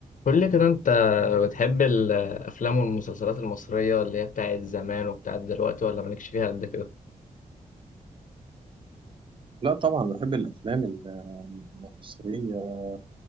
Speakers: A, on the left; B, on the right.
A: قول لي كده انت بتحب الافلام والمسلسلات المصريه اللي هي بتاعت زمان وبتاعت دلوقتي ولا مالكش فيها قد كده
B: لا طبعا بحب الافلام ال- المصريه